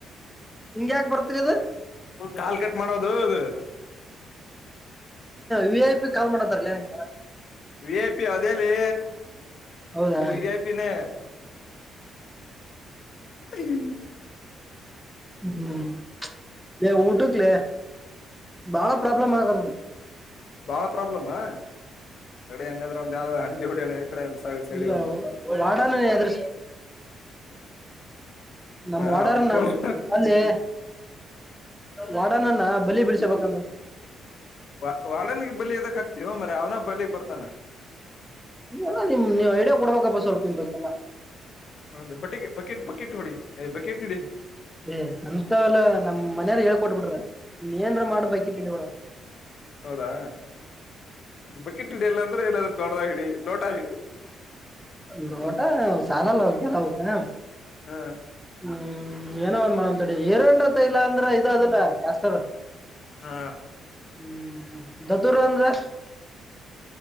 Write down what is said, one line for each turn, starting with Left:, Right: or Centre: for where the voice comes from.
Centre: ಹಿಂಗ ಯಾಕ ಬರ್ತರಿ ಅದು
Left: ಕಾಲ್ ಕಟ್ ಮಾಡೋದು ಅದು
Centre: ವಿ ಐ ಪಿ ಕಾಲ್ ಮಾಡತಾರಲ್ಲಂಗಗೆಾರ
Left: ವಿ ಐಪಿ ಅದೆಲಿ
Centre: ಹೌದಾ
Left: ನೀನ್ ವಿ ಐಪಿನೇ ಹ್ಮ್ <inaudible>
Centre: ಹ್ಮ್ ಊಟಕ್ಲೆ ಬಹಳ ಪ್ರಾಬ್ಲಮ ಆಗ
Left: ಬಾಳ ಪ್ರಾಬ್ಲಮಾ ಕಡೆ ಹಂಗಂದ್ರೆ ಒಂದ ಯಾವ ಹಿ ಹೊಡಣ ಕಡೆ ಸೈಡಿಗೆ
Centre: ಇಲ್ಲ
Left: ಒಂದ್
Centre: ಆಾಡಾನ ಅ್ರ ನಮ್ಮ್
Left: ಹಾ
Centre: ವಡರ್
Left: ಒಂದ್
Centre: ನ
Left: ಕೋಳಿ
Centre: ಖಾಲಿ ವಾಡನನ್ನ ಬಲಿ ಬಿಳ್ಸಬೇಕಂದು
Left: ವ ವಾಡನ್ಿಗೆ ಬಲಿ ಎದಕ್ ಆಾಕ್ತವ ಮ್ರ ಅವ್ನ ಬಳಗ್ ಬರ್ತಾನ
Centre: ಇಲ್ಲಲ್ಲ ನಿಮ್ ನೀವು ಐಡಿಯಾ ಕೊಡ್ಬೇಕಪ್ಪ ಸ್ವಲ್ಪ ಇಂತ ಕೆಲ್ಲ
Left: ಒ ಬಟ್ಟೆ ಬಕೆಟ್ ಬಕೆಟ್ ನೋಡಿ ಯ್ ಬಕೆಟ್ ಇಡಿ
Centre: ಏ್ ಅಂತ ಎಲ್ಲಾ ನಮ್ಮ್ನಾರ ಹೇಳ್ಕೊಟ್ಬಿಟ್ರ ನೀನ್ ಏನ್ರ ಮಾಡ ಬೈಕ್ಿಟ್ಟ ಹಡಿಬಿಡಲ್ಲ
Left: ಹೌದಾ ಬಕೆಟ್ ಹಿಡಿ ಎಲ್ಲಾ ಅಂದ್ರೆ ಇಲ್ಲಾದ್ರೆ ದೊಡ್ರ ಹಿಡಿ ಲೋಟ ಹಿಡಿ
Centre: ಲೋಟಾ ಸಾಲಲ್ಲಗೆಲ್ಲ ಹಕಾ
Left: ಹಾ
Centre: ಹ್ಮ್ ಏನೋ ಒಂದ್ ಮಾಡ ಅಂತ ರ್ಂಡ್ತ್ತ ಇಲ್ಲಾ ಅಂದ್ರೆ ಇದು ಅದಲ್ಲ ಕ್ಯಾಸ್ಟರ್
Left: ಹಾ
Centre: ಹ್ಮ ದತುರಂದ್ರಸ್